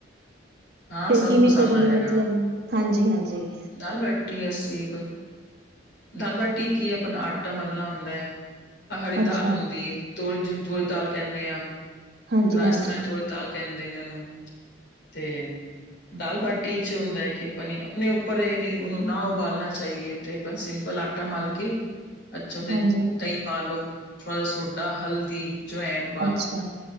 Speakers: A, on the left (about 60°); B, on the right (about 55°).
A: ਹਾਂ
B: ਫੇਰ
A: ਸਭ
B: ਕਿਵੇ
A: ਨੂੰ ਪਸੰਦ
B: ਕਰੀਏ
A: ਆਏਗਾ
B: ਮਤਲਬ, ਹਾਂਜੀ-ਹਾਂਜੀ।
A: ਦਾਲ ਬਾਠੀ ਅਸੀ ਕੋਈ- ਦਾਲ ਬਾਟੀ ਕੀ ਆਪਣਾ ਆਟਾ ਮਲਣਾ ਹੁੰਦਾ। ਪਹਾੜੀ
B: ਅੱਛਾ
A: ਦਾਲ ਹੁੰਦੀ ਏ, ਤੂਰ ਦਾਲ ਕਹਿੰਨੇ ਆ।
B: ਹਾਂਜੀ
A: ਰਾਜਸਥਾਨ
B: ਹਾਂਜੀ
A: ਤੂਰ ਦਾਲ ਕਹਿੰਦੇ ਨੇ ਉਹਨੂੰ, ਤੇ- ਦਾਲ ਬਾਟੀ 'ਚ ਇਹ ਹੁੰਦਾ ਕਿ ਆਪਾਂਣੀ ਆਪਣੇ ਉਪਰ ਇਹਦੀ ਉਹਨੂੰ ਨਾ ਉਬਾਲਣਾ ਚਾਹੀਏ- ਤੇ ਆਪਾਂ ਸਿੰਪਲ ਆਟਾ ਮਲਕੇ- ਅਛੋਂ ਦੇ,
B: ਹਾਂਜੀ
A: ਦਹੀ ਪਾ ਲਉ, ਥੋੜਾ ਜਾ ਸੋਡਾ, ਹਲਦੀ, ਜੋਵੈਣ
B: ਅੱਛਾ